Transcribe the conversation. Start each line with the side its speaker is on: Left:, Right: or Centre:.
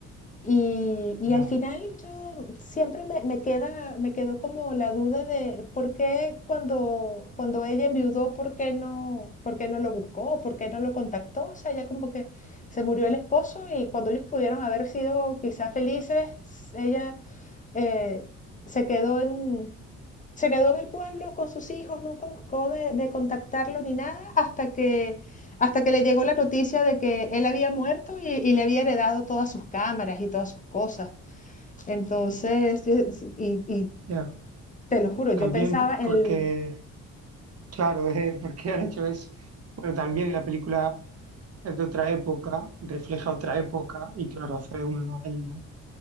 Left: Y, y
Right: Ya,
Left: al final yo siempre me, me queda, me quedó como la duda de por qué cuando, cuando ella enviudó, por qué no, por qué no lo buscó, por qué no lo contactó. O sea, ella como que se murió el esposo y cuando ellos pudieron haber sido quizás felices, ella eh, se quedó en, se quedó en el pueblo con sus hijos, nunca buscó de, de contactarlo ni nada hasta que, hasta que le llegó la noticia de que él había muerto y, y le había heredado todas sus cámaras y todas sus cosas. Entonces, y, y
Right: ya.
Left: te lo juro, yo
Right: También
Left: pensaba
Right: p-
Left: en,
Right: porque,
Left: el-
Right: claro, <laughs> porque han hecho eso. Bueno, también la película es de otra época, refleja otra época, y claro, hace unos años.